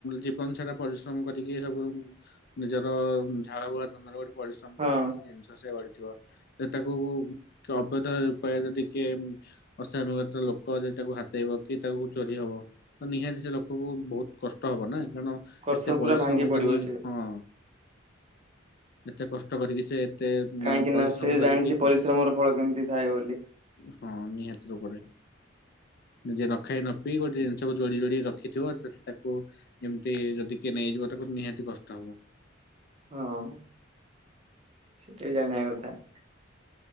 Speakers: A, on the left; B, on the right.
A: ଜୀବନ ସେଟା ପରିଶ୍ରମ କରିକି ସବୁ ନିଜର ଝାଳ ବୁହା ଧନ ପରିଶ୍ରମ
B: ହଁ
A: କରି କିଛି ଜିନିଷ ସେ କରିଥିବ। ତାକୁ ଅବଧ ଉପାୟ ଯଦି କିଏ ଅସାନୁଗତ ଲୋକ ଯେ ତାକୁ ହାତେଇବୁ କି ତାକୁ ଚୋରି ହବ ତ ନିହାତି ସେ ଲୋକକୁ ବହୁତ କଷ୍ଟ ହବ ନା କଣ?
B: କଷ
A: ଏତେ ପରିଶ୍ରମ
B: ପୁରା ଭାଙ୍ଗି
A: କରି
B: ପଡିବ ସେ
A: ହଁ ଏତେ କଷ୍ଟ କରିକି ସେ ଏତେ ମା-
B: କାହିଁକି
A: ପରିଶ୍ରମ
B: ନା ସେ
A: କରିକି
B: ଜାଣିଛି ପରିଶ୍ରମର ଫଳ କେମିତି ଥାଏ ବୋଲି।
A: ହଁ ନିହାତି ରୂପରେ। ନିଜେ ନଖାଇ ନ ପି ଗୋଟେ ଜିନିଷକୁ ଯୋଡ଼ି ଯୋଡ଼ି ରଖିଥିବ ସେ ସେ ତାକୁ ଏମିତି ଯଦି କିଏ ନେଇଯିବ ତାକୁ ନିହାତି କଷ୍ଟ ହବ।
B: ହଁ ସେତ ବି ଜାଣିବା କଥା।